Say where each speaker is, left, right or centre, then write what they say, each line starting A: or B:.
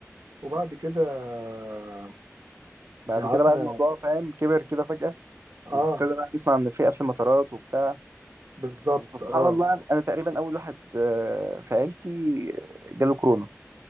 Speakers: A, on the right; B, on the right.
A: وبعد كده آه،
B: بعد
A: قعدنا
B: كده بقى الموضوع فاهم كبر كده فجأة
A: اه
B: وابتدى بقى نسمع ان في قفل مطارات وبتاع
A: بالظبط
B: وسبحان
A: اه
B: الله انا تقريبا اول واحد آه، في عيلتي آه، جاله كورونا